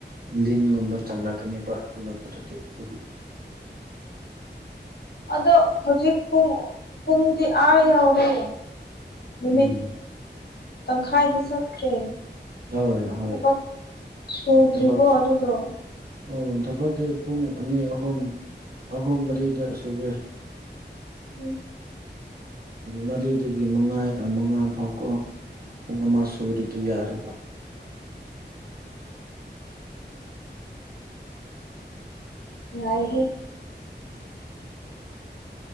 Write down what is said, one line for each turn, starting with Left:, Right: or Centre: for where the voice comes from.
Right: ꯂꯤꯟꯒꯨꯝꯕ ꯆꯪꯂꯛꯀꯅꯦꯕ ꯑꯗꯨ ꯅꯠꯇ꯭ꯔꯗꯤ ꯑꯗꯨꯒꯤ
Left: ꯑꯗꯣ ꯍꯧꯖꯤꯛ ꯄꯨꯡ ꯄꯨꯡꯗꯤ ꯑꯥ ꯌꯥꯎꯔꯦ ꯅꯨꯃꯤꯠ
Right: ꯎꯝ
Left: ꯇꯪꯈꯥꯏꯗꯤ ꯆꯠꯈ꯭ꯔꯦ
Right: ꯍꯣꯏ ꯍꯣꯏ
Left: ꯊꯕꯛ ꯁꯨꯗ꯭ꯔꯤꯕꯣ
Right: ꯊꯕꯛꯁꯨ
Left: ꯑꯗꯨꯗꯣ
Right: ꯑꯣ ꯊꯕꯛꯇꯤ ꯄꯨꯡ ꯑꯅꯤ ꯑꯍꯨꯝ ꯑꯍꯨꯝ ꯃꯔꯤꯗ ꯁꯨꯒꯦ
Left: ꯎꯝ
Right: ꯃꯔꯤꯗꯒꯤ ꯃꯉꯥ ꯃꯉꯥ ꯐꯥꯎꯀꯣ ꯄꯨꯡ ꯑꯃ ꯁꯨꯔꯗꯤ ꯌꯥꯔꯦꯕ
Left: ꯌꯥꯏ ꯍꯦ